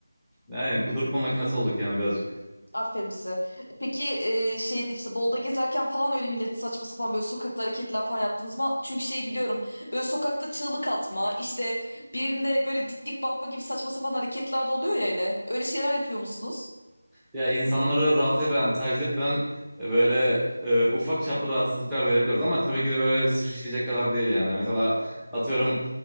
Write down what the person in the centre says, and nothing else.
aynen kudurtma makinesi olduk yani birazcık.
Ya insanları rahatsız etmeden, taciz etmeden e, böyle e, ufak çaplı rahatsızlıklar verebiliyoruz ama tabii ki de böyle suç işleyecek kadar değil yani. Mesela atıyorum